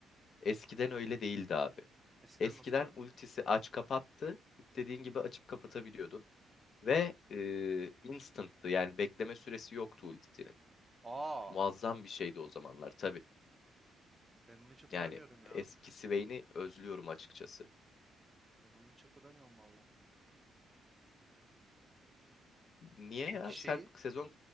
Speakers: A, on the left; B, on the right.
A: Eskiden öyle değildi abi.
B: Eskiden
A: Eskiden
B: nasıldı?
A: ultisi aç kapattı. İstediğin gibi açıp kapatabiliyordun. Ve e, instant'tı yani bekleme süresi yoktu ultisinin.
B: Aa,
A: Muazzam bir şeydi o zamanlar tabii.
B: ben onu hiç hatırlamıyorum
A: Yani
B: ya.
A: eskisi Vayne'i özlüyorum açıkçası.
B: Ben onu hiç hatırlamıyorum valla.
A: Niye
B: Peki
A: ya?
B: şeyi
A: Sen sezon